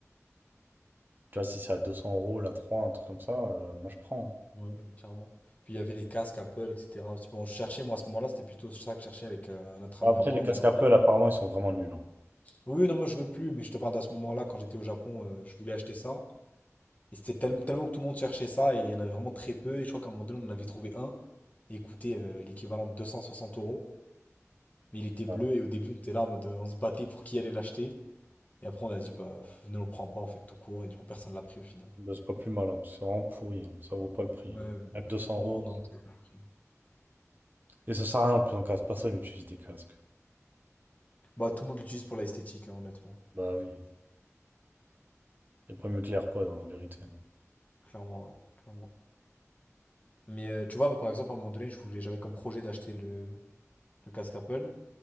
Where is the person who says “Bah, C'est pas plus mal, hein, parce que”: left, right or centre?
Right